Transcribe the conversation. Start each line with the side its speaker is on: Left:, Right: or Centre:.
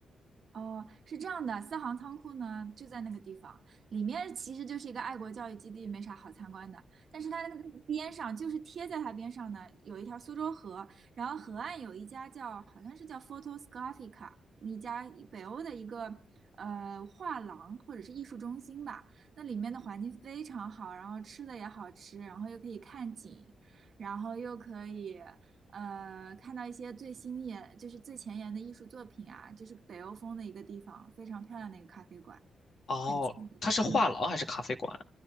Right: 哦，是这样的，四行仓库呢就在那个地方，里面其实就是一个爱国教育基地，没啥好参观的。但是它那个那个边上，就是贴在它边上的，有一条苏州河，然后河岸有一家叫好像是叫 Photos Graphica 一家北欧的一个呃画廊或者是艺术中心吧。那里面的环境非常好，然后吃的也好吃，然后又可以看景，然后又可以。呃，看到一些最新研，就是最前沿的艺术作品啊，就是北欧风的一个地方，非常漂亮的一个咖啡馆，
Left: 哦，
Right: 很近。
Left: 它是画廊还是咖啡馆？
Right: 嗯，